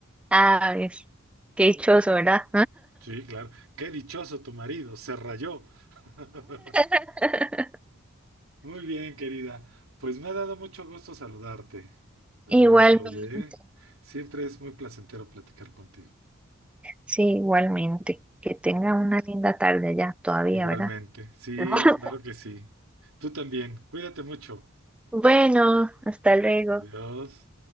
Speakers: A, in the centre; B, on the right (about 85°).
A: Ah, es qué dichoso, ¿verdad?
B: Sí, claro. Qué dichoso tu marido, se rayó. <laughs>
A: <laughs>
B: Muy bien, querida. Pues me ha dado mucho gusto saludarte. Saludarte,
A: Igualmente.
B: oye, ¿eh? Siempre es muy placentero platicar contigo.
A: Sí, igualmente. Que tenga una linda tarde ya todavía,
B: Igualmente.
A: ¿verdad?
B: Sí,
A: <laughs>
B: claro que sí. Tú también. Cuídate mucho.
A: Bueno, hasta luego.
B: Adiós.